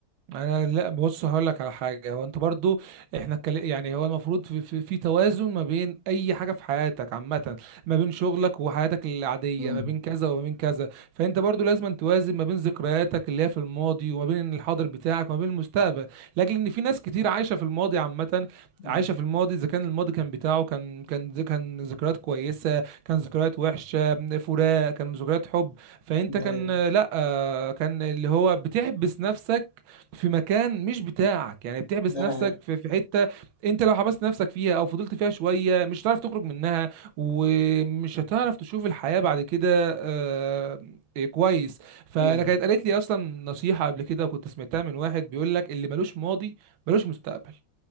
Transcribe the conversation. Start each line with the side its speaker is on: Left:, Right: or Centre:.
Right: انا لا بص هقول لك على حاجه هو انت برضو احنا اتكل- يعني هو المفروض في, في, في توازن ما بين اي حاجه في حياتك عامه ما بين شغلك وحياتك العاديه
Left: مم.
Right: ما بين كذا وما بين كذا فانت برضو لازم توازن ما بين ذكرياتك اللي هي في الماضي وما بين الحاضر بتاعك وما بين المستقبل لاجل ان في ناس كتير عايشه في الماضي عامه
Left: مم.
Right: عايشه في الماضي اذا كان الماضي كان بتاعه كان كان كان ذكريات كويسه كان ذكريات وحشه فراق كان ذكريات حب فانت كان
Left: ايوه
Right: لا كان اللي هو بتحبس نفسك في مكان مش بتاعك يعني بتحبس
Left: ده
Right: نفسك
Left: حقيقة.
Right: في في حته انت لو حبست نفسك فيها او فضلت فيها شويه مش هتعرف تخرج منها ومش هتعرف تشوف الحياه بعد كده آه، إيه، كويس فانا
Left: مم.
Right: كانت قالت لي اصلا نصيحه قبل كده كنت سمعتها من واحد بيقول لك اللي ملوش ماضي ملوش مستقبل